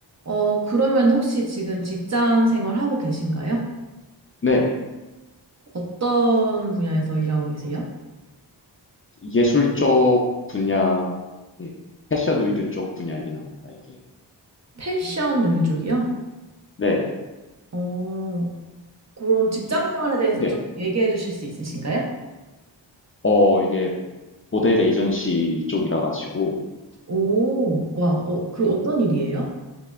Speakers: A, on the right; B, on the left.
A: 어, 그러면 혹시 지금 직장 생활하고 계신가요?
B: 네,
A: 어떤 분야에서 일하고 계세요?
B: 예술 쪽 분야, 네, 패션 의류 쪽 분야이긴 합니다, 이게.
A: 패션 의류 쪽이요?
B: 네네.
A: 어, 그럼 직장
B: 이게-
A: 생활에 대해서
B: 네,
A: 좀 얘기해 주실 수 있으신가요?
B: 어, 이게 모델 에이전시 쪽이라 가지고,
A: 오, 와, 어, 그
B: 네.
A: 어떤 일이에요?